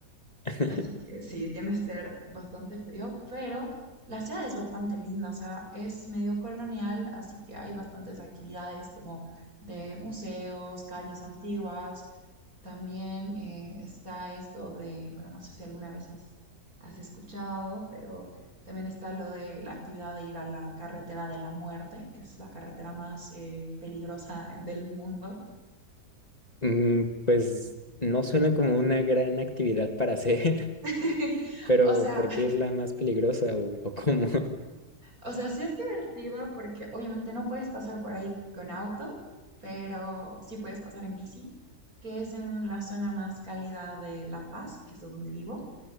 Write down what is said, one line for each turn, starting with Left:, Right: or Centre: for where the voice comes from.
Left: <laughs>
Right: Así que sí, tiene que ser bastante frío, pero la ciudad es bastante linda, o sea, es medio colonial, así que hay bastantes actividades como de museos, calles antiguas. También eh, está esto de, bueno, no sé si alguna vez has, has escuchado, pero también está lo de la actividad de ir a la carretera de la muerte, que es la carretera más eh, peligrosa del mundo.
Left: Mm, pues no suena como una gran actividad para hacer,
Right: <laughs>
Left: <laughs> pero
Right: O sea,
Left: ¿por qué es la más peligrosa o, o cómo?
Right: O sea, sí es divertida porque obviamente no puedes pasar por ahí con auto, pero sí puedes pasar en bici, que es en la zona más cálida de La Paz, que es de donde vivo.